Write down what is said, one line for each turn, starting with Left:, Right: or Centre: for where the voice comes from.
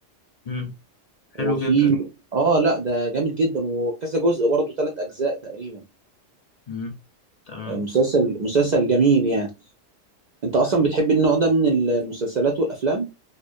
Left: امم حلو
Right: وفي
Left: جدا
Right: اه لا ده جامد جدا وكذا جزء برضه ثلاث اجزاء تقريبا
Left: امم تمام
Right: آه، مسلسل مسلسل جميل يعني انت اصلا بتحب النوع ده من المسلسلات والافلام